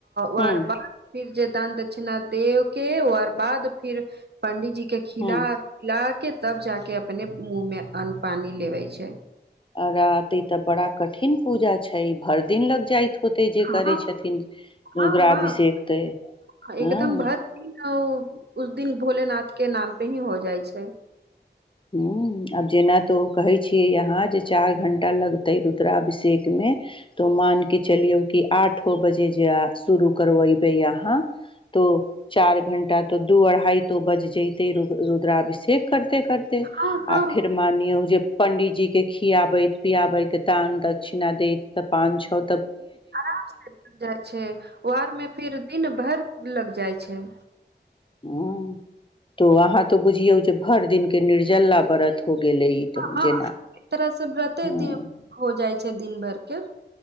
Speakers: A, on the right (about 65°); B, on the left (about 30°).
A: उआर
B: हूँ
A: बाद फिर जे दान दक्षिणा देव के आर बाद फिर पंडिजी के खिलाा
B: हूँ
A: आओर जा के तब जाके अपने मुँह मे अन्न पानी लेबय छै
B: रात तऽ बड़ा कठिन पूजा छै भरि दिन लग जाइत होते जे
A: हाँ
B: करै छथिन रुद्राभिषेक
A: हाँ हाँ
B: तऽ
A: हं
B: हँ
A: एकदम भरि दिन ओ उस दिन भोलेनाथकें नाम पे ही हो जाइ छै
B: हं आब जेना तऽ ओ कहै छियै यहाँ जे चार घण्टा लगतै रुद्राभिषेकमे तऽ मान के चलियौ कि आठो बजे जे शुरू करबइ बई अहाँ तो चार घण्टा तो दू अढ़ाई तो बज जैतय रुद्रा रुद्राभिषेक करते करते ए
A: हँ हँ
B: आ फेर मानियौ जे पंडितजी के खियाबैत पियाबैत दान दक्षिणा दैत त पान छौ
A: आराम से मिल जाइ छै उहेर मे फिर दिन भरि लग जाइ छै
B: उं तो अहाँ तो बुझियौ जे भरि दिन के निर्जल्ला बरत हो गेलय ई तऽ
A: हँ
B: जेना
A: एक तरह से व्रते
B: हूं
A: दि हो जाय छै च्छा दिन भरके